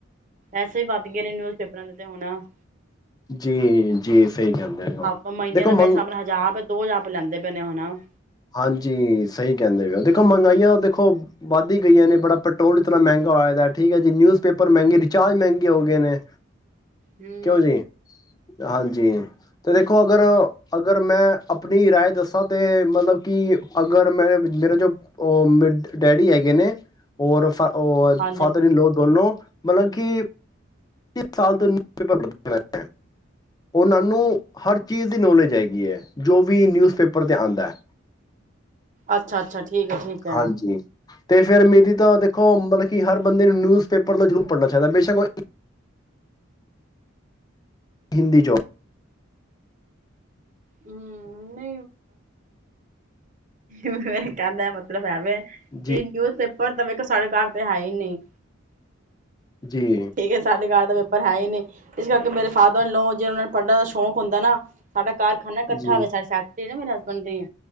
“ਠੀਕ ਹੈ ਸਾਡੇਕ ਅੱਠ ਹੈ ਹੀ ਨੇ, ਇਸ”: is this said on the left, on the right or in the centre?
Right